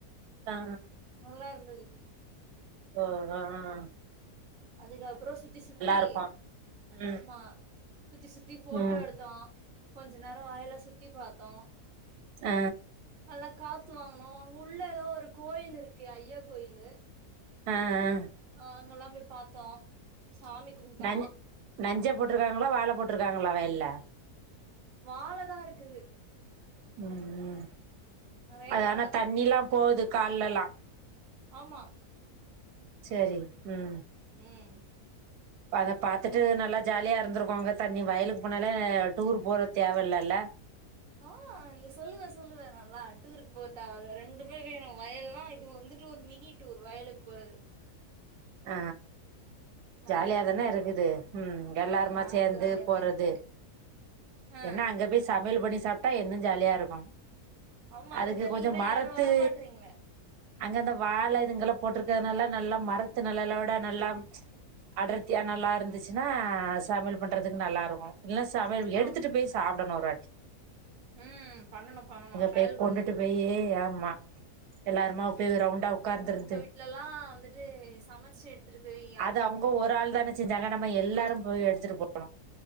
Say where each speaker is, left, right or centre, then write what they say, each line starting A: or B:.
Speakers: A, on the right; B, on the right.
A: த அ
B: நல்லாருந்துது
A: ஓ அ அ அ
B: அதுக்கு அப்ரோ சுத்தி சுத்தி
A: இருக்கு ம்
B: ஆமா சுத்தி சுத்தி போட்டோ
A: ம்
B: எடுத்தோ கொஞ்சோ நேரோ வயல சுத்தி சுத்தி பாத்தோ
A: அ
B: நல்லா காத்து வாங்குனோ அங்க உள்ள ஏதோ ஒரு கோயில் இருக்கு ஐயா கோயிலு
A: அ அ
B: ஆ அங்கல்லா போய் பாத்தோ சாமி கும்ட்டோ
A: நஞ் நஞ்ச போட்டுருக்காங்ளா வாழ போட்டுருக்காங்ளா வயல்ல
B: வாழதா இருக்குது
A: ம் ம்
B: நெறைய
A: அது
B: வாழ
A: ஆனா தண்ணில்லா போது கால்லல்லா
B: ஆமா
A: சேரி ம்
B: ம்
A: அத பாத்துட்டு நல்லா ஜாலியா இருந்திருக்கு அங்க தண்ணி வயலுக்கு போனாலே டூர் போற தேவயில்ல இல்ல
B: அ அ நீ சொல்லுவ சொல்லுவ நல்லா டூருக்கு போ தேவல்ல ரெண்டுமே வேணு வயல்ல இது வந்துட்டு ஒரு மினி டூர் வயலுக்கு போறது
A: அ ஜாலியாதான
B: ஆ
A: இருக்குது எல்லாருமா
B: ஆமா
A: சேந்து
B: ஜாலியாதா
A: போறது
B: இருக்குது ஆ
A: என்னா அங்க போயி சமையல் பண்ணி சாப்ட்டா இன்னு ஜாலியா இருக்கு
B: ஆமா அதுக்குதா
A: அதுக்கு கொஞ்சோ
B: நீங்கதா
A: மரத்து
B: யாரு வரமாட்றீங்களே
A: அங்க அந்த வாழ இதுங்கெல்லா போட்டுருக்கிறதுனால நல்லா மரத்து நெழலோட நல்லா அடர்த்தியா நல்லா இருந்துச்சுன்னா சமையல் பண்றதுக்கு நல்லா இருக்கோ இல்னா சமையல்
B: ஆ
A: எடுத்துட்டு பேசி சாப்டணு ஒரு வாட்டி
B: ம் பண்ணணு பண்ணணு
A: அங்க
B: ட்ரையல்
A: பே கொண்டுட்டு
B: பண்ணு
A: போயி ஆமா எல்லாருமா அப்பே ரவுண்டா உக்காந்திருந்து
B: இத்லெல்லா வந்துட்டு சமச்சு எடுத்துட்டு போயி
A: அது அவுங்க ஒரு ஆள் தானே செஞ்சாங்க நம்ம எல்லாரு போயி எடுத்துட்டு போணு